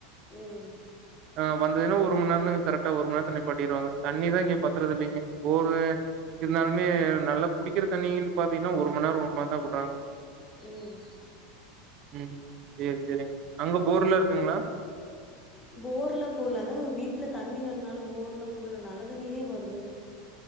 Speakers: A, on the left; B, on the right.
A: ம்
B: ஆ வந்ததுன்னா ஒரு மணி நேரந்தாங்க கரெக்டா ஒரு மணி நேரத்துல நிப்பாட்டிருவாங்க தண்ணிதா இங்க பத்துறது இல்லைங்க போரு இருந்தாலுமே நல்லா குடிக்கிற தண்ணின்னு பாத்தீங்கன்னா ஒரு மணி நேரோ ஒரு மணி நேரோந்தா விடறாங்க
A: ம்
B: ம் சேரி சேரிங்க. அங்க போர்லா இருக்குங்களா?
A: போர் எல்லா போடல அதா வீட்ல தண்ணி வரனால போர் எல்லா போடல நல்ல தண்ணியே வருது